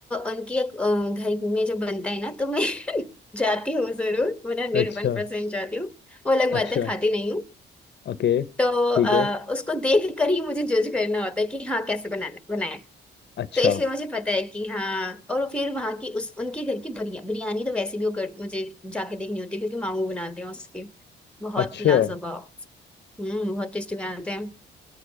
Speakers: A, in the centre; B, on the left.
A: उनकी एक अ, घर में जो बनता है ना तो मैं <laughs> जाती हूँ जरूर मैं हंड्रेड
B: अच्छा
A: वन परसेंट जाती हूँ वो अलग बात
B: अच्छा
A: है खाती नहीं हूँ
B: ओके
A: तो
B: ठीक
A: अ,
B: है
A: उसको देख कर ही मुझे जज करना होता है कि हाँ कैसे बनाना
B: अच्छा
A: तो इसलिए मुझे पता है कि हाँ और फिर वहां की उस उनके घर की बिरया, बिरयानी तो वैसे भी वो कर, मुझे जाके देखनी होती है क्योंकि मामू बनाते हैं उसके बहुत
B: अच्छा
A: लाजवाब हम्म बहुत टेस्टी बनाते हैं